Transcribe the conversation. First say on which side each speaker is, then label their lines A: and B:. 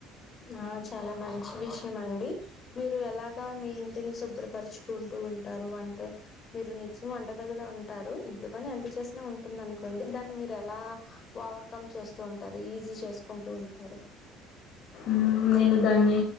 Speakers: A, on the left; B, on the left.
A: ఆ చాలా మంచి విషయం అండి మీరు ఎలాగా మీ ఇంటిని శుభ్రపరచుకుంటు ఉంటారు అంటే మీరునిచ్చి వంటగదిలో ఉంటారు ఇంటి పని ఎంత చేసినా ఉంటుంది అనుకోండి దాన్ని మీరు ఎలా ఓవర్కమ్ చేస్తూ ఉంటారు ఈజీ చేసుకుంటూ ఉంటారు
B: మ్మ్, నేను దాన్ని